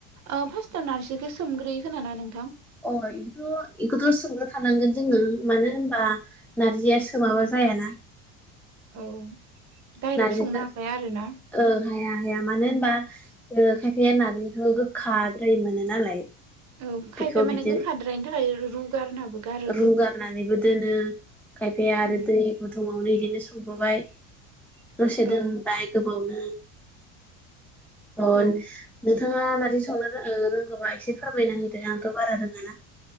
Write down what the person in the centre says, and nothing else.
अ बेथ' बेखौथ' सोमग्रो खानांगोन जोङो मानो होनबा नारजिया सोमाबा जायाना
नारजिखौ
ओ हाया हाया मानो होनबा ओ खायफाया नारजिखौ गोखााद्राय मोनो नालाय
बेखौ
बिदिनो
रुगारनानैबो
दोनो खायफाया आरो
दै गुदुङावनो इदिनो संबोबाय दसे दोनबाय
गोबावनो अ
नोंथाङा नारजि संनो रो ओ रोंगोबा एसे फोरमायना होदो आंथ' बारा रोङाना